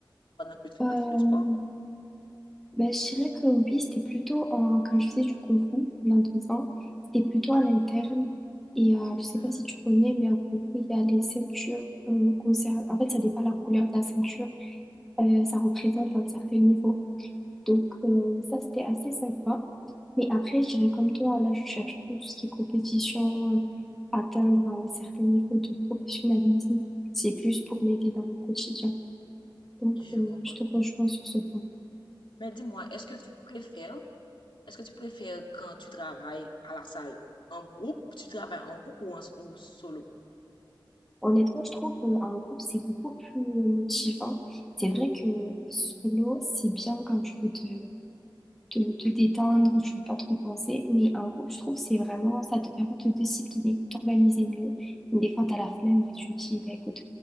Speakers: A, on the left (about 75°); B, in the centre.
A: pendant que tu
B: Euh,
A: pratiques le sport?
B: Ben, je dirais que oui, c'était plutôt en, quand je faisais du Kung Fu pendant deux ans, c'était plutôt en interne. Et euh, je sais
A: Hum,
B: pas si tu connais, mais en Kung Fu, il y a les ceintures. euh, qu'on sert- en fait, ça dépend de la couleur de la ceinture. euh, ça représente un certain niveau. Donc, euh, ça, c'était assez sympa. Mais après, je dirais comme toi, là, je cherche plus tout ce qui est compétition, euh, atteindre un certain niveau de professionnalisme. C'est plus pour m'aider dans mon quotidien. Donc,
A: je
B: euh,
A: comprends.
B: je te rejoins sur ce point.
A: Mais dis-moi, est-ce que tu préfères, est-ce que tu préfères quand tu travailles à la salle en groupe, tu travailles en groupe ou en, ou solo?
B: Honnêtement, je trouve qu'un groupe, c'est beaucoup plus motivant. C'est vrai que solo, c'est bien quand tu veux te, te, te détendre, tu veux pas trop y penser, mais un groupe, je trouve, c'est vraiment, ça te permet de te discipliner, de t'organiser mieux. Des fois, t'as la flemme, bah, tu te dis, bah, écoute,